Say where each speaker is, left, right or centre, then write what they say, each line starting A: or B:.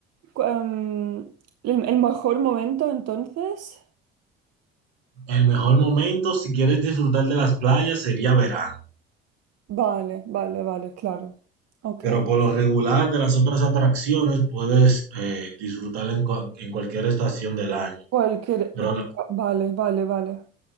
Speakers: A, on the right; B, on the right.
A: cu- em, el, el mejor momento entonces,
B: El mejor momento, si quieres disfrutar de las playas, sería verano.
A: vale, vale, vale, claro. Ok.
B: Pero por lo regular de las otras atracciones puedes eh, disfrutar en, cua- en cualquier estación del año.
A: Cualquier
B: Pero
A: época,
B: la-
A: vale, vale, vale.